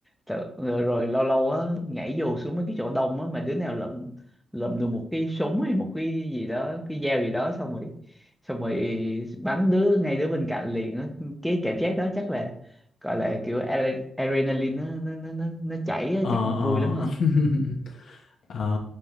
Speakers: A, in the centre; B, on the left (about 60°).
A: tự, rồi, rồi lâu lâu á nhảy dù xuống mấy cái chỗ đông á mà đứa nào lượm lượm được một cái súng hay một cái gì đó cái dao gì đó xong rồi xong rồi bắn đứa ngay đứa bên cạnh liền á cái cảm giác đó chắc là gọi là kiểu adre- adrenaline nó nó nó nó nó chảy á,
B: Ờ
A: chắc cũng
B: ờ.
A: vui lắm ha
B: <laughs> Ồ,